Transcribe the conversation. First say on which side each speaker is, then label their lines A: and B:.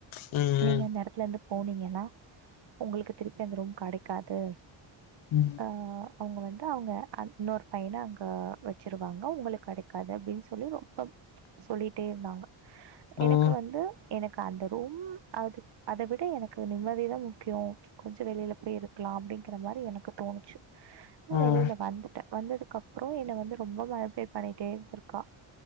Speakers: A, on the left; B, on the right.
A: ம்
B: நீங்க அந்த எடத்லருந்து போனீங்கன்னா உங்களுக்கு திருப்பி அந்த ரூம் கெடைக்காது
A: ம்
B: ஆ அவங்க வந்து அவங்க இன்னொரு பையன அங்க வச்சிருவாங்க உங்களுக்கு கெடைக்காது அப்படின் சொல்லி ரொம்ப சொல்லிட்டே இருந்தாங்க
A: ம்
B: எனக்கு வந்து எனக்கு அந்த ரூம் அது அத விட எனக்கு நிம்மதிதா முக்கியோ கொஞ்சோ வெளில போய் இருக்லா அப்படிங்கற மாரி எனக்கு தோணுச்சு நா
A: ம்
B: வெளில வந்துட்டே வந்ததுக்கப்றோ என்ன வந்து ரொம்ப மெனுப்லேட் பண்ணிட்டே இருந்திருக்கா